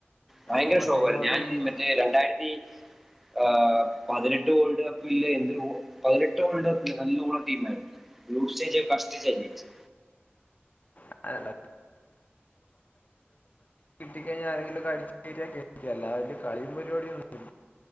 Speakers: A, in the centre; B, on the left.
A: ഭയങ്കര
B: അങ്ങോട്ടും
A: ശോകമാരുന്നു
B: ഇങ്ങോട്ടും
A: ഞാൻ
B: ഇടിക്കും
A: ഈ മറ്റേ രണ്ടായിരത്തി ആഹ് പതിനെട്ട് വേൾഡ് കപ്പില്ലേ എന്തൊരു ഓ പതിനെട്ട് വേൾഡ് കപ്പിൽ നല്ല ഓൾഡ് ടീം ആരുന്നു. യുസേജ് ഫസ്റ്റ് <unintelligible>
B: <inaudible> കിട്ടി കഴിഞ്ഞാൽ ആരെങ്കിലുമൊക്കെ അടിച്ച് <inaudible> അല്ലാതെ കളിയും പരിപാടിയും ഉണ്ട്